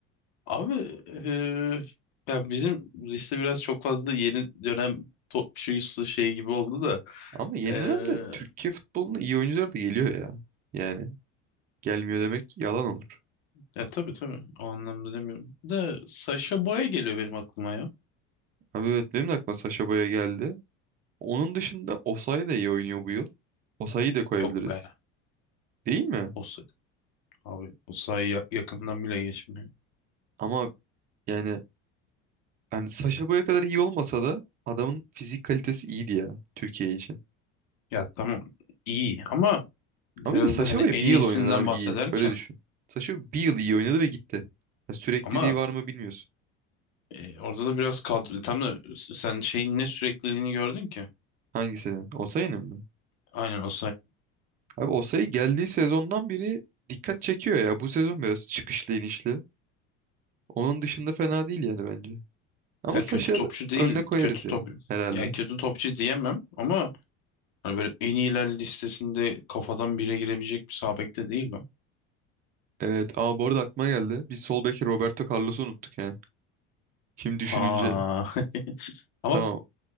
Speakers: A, on the left; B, on the right.
A: Abi eee, ya bizim liste biraz çok fazla yeni dönem top şuyusu şey gibi oldu da
B: Ama yeni
A: eee,
B: dönemde Türkiye futboluna iyi oyuncular da geliyor ya. Yani gelmiyor demek yalan olur.
A: ya tabii tabii o anlamda demiyorum. Da Sasha Boya geliyor benim aklıma ya.
B: Abi evet benim de aklıma Sacha Boey geldi. Onun dışında Osayi de iyi oynuyor bu yıl. Osayi'yi de koyabiliriz.
A: Yok be.
B: Değil mi?
A: O sa- abi o sayı ya- yakından bile geçmiyor.
B: Ama yani hani Sacha Boey'e kadar iyi olmasa da adamın fizik kalitesi iyiydi ya Türkiye için.
A: Ya tamam iyi ama biraz
B: Ama bir de Sacha
A: da hani
B: Boey
A: en
B: bir
A: iyisinden
B: yıl oynadı abi
A: bahsederken
B: iyi. Öyle düşün. Sacha Boey bir yıl iyi oynadı ve gitti. Ya sürekliliği
A: ama
B: var mı bilmiyorsun.
A: e, orada da biraz kadro tam da sen şeyin ne sürekliliğini gördün ki.
B: Hangisinin? Osayi'nin mi?
A: Aynen o
B: Abi Osayi geldiği sezondan beri dikkat çekiyor ya. Bu sezon biraz çıkışlı inişli. Onun dışında fena değil yani bence. Ama
A: Ya
B: Sasha
A: kötü topçu değil.
B: önüne koyarız
A: Kötü
B: ya
A: top
B: herhalde.
A: ya kötü topçu diyemem ama hani böyle en iyiler listesinde kafadan bire girebilecek bir sağ bek de değil mi?
B: Evet ama bu arada aklıma geldi. Biz sol beki Roberto Carlos'u unuttuk ya. Şimdi düşününce.
A: Ha. <laughs> Ama
B: Tamam.